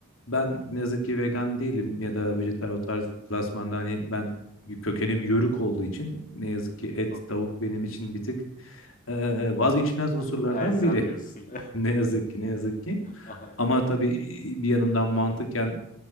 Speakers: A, on the left; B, on the left.
A: ben ne yazık ki vegan değilim ya da vejetaryen o tarz klasmanda hani ben kökenim yörük olduğu için ne yazık ki et,
B: Çok
A: tavuk
B: iyi.
A: benim için bir tık e, vazgeçilmez
B: Eee,
A: unsurlardan
B: elzem
A: biri.
B: diyorsun. <laughs>
A: Ne yazık ki ne yazık ki.
B: Aynen.
A: Ama tabii bir yanımdan mantıken